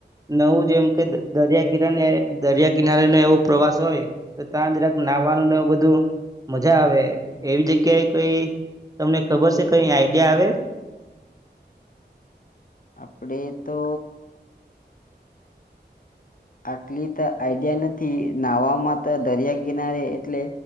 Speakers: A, on the right; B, on the left.
A: નવું જેમ કે દરિયા કિના દરિયા કિનારેનો એવો પ્રવાસ હોય તો ત્યાં જરાક નાહવાનું નવ બધું મજા આવે એવી જગ્યાએ કઈ તમને ખબર છે કઈ આઈડિયા આવે?
B: આપડે તો આટલી તો આઈડિયા નથી નાહવામાં તો દરિયા કિનારે એટલે